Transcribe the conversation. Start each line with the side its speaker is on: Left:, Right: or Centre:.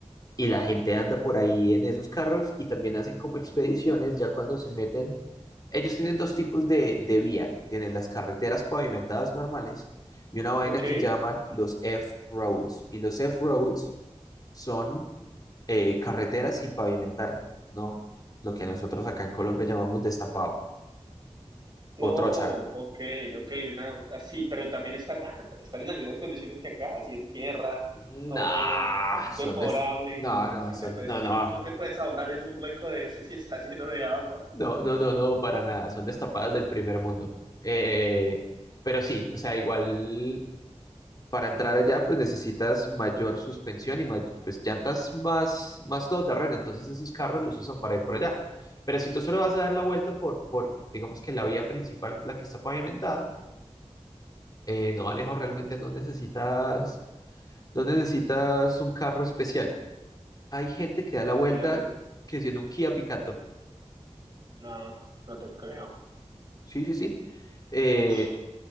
Left: y la gente anda por ahí en esos carros y también hacen como expediciones ya cuando se meten. Ellos tienen dos tipos de, de vía. Tienen las carreteras pavimentadas normales y una vaina
Right: Ok,
Left: que llaman los F-roads. Y los F-roads son eh, carreteras sin pavimentar, ¿no? Lo que nosotros acá en Colombia llamamos destapado
Right: no,
Left: o
Right: ok,
Left: trocha.
Right: ok, una, así, pero también están, <laughs> están en las mismas condiciones que acá, así en tierra,
Left: No,
Right: todo deplorable,
Left: son des... No, no,
Right: que
Left: son...
Right: te puedes,
Left: No,
Right: que
Left: no.
Right: tú te puedes ahogar en un hueco de eso si está lleno de agua.
Left: No, no, no, no, para nada. Son destapadas del primer mundo. Eh, pero sí, o sea, igual para entrar allá, pues necesitas mayor suspensión y may- pues llantas más, más todoterreno. Entonces esos carros los usan para ir por allá. Pero si tú solo vas a dar la vuelta por, por digamos que la vía principal, que es la que está pavimentada, eh, no, Alejo, realmente no necesitas, no necesitas un carro especial. Hay gente
Right: Ustedes
Left: que da la
Right: alquilaron.
Left: vuelta que siendo un Kia Picanto.
Right: No, no te creo.
Left: Sí, sí, sí. Eh,
Right: Uf,